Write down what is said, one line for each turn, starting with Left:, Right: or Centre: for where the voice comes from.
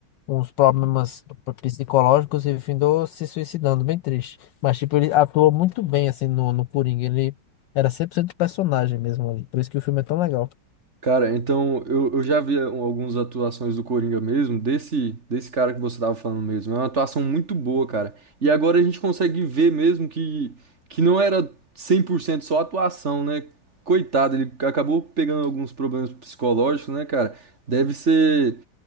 Left: uns problemas psicológicos e findou se suicidando, bem triste. Mas, tipo, ele atuou muito bem, assim, no, no Coringa. Ele era 100% personagem mesmo ali. Por isso que o filme é tão legal.
Right: Cara, então eu, eu já vi um- algumas atuações do Coringa mesmo, desse, desse cara que você tava falando mesmo. É uma atuação muito boa, cara. E agora a gente consegue ver mesmo que, que não era 100% só atuação, né? Coitado, ele acabou pegando alguns problemas psicológicos, né, cara? Deve ser.